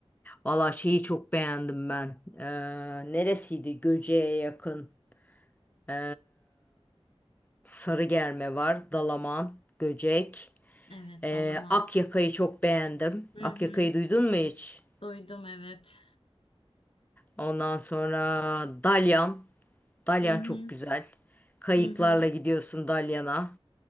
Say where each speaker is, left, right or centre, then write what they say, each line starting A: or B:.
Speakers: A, on the left; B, on the left.
A: Valla şeyi çok beğendim ben. Ee, neresiydi? Göce'ye yakın. Ee, Sarıgerme var. Dalaman, Göcek.
B: Evet,
A: Ee,
B: dalaman.
A: Akyaka'yı çok beğendim.
B: Hı
A: Akyaka'yı
B: hı.
A: duydun mu hiç?
B: Duydum evet.
A: Ondan sonra Dalyan. Dalyan
B: Hı hı.
A: çok güzel. Kayıklarla
B: Hı hı.
A: gidiyorsun Dalyan'a.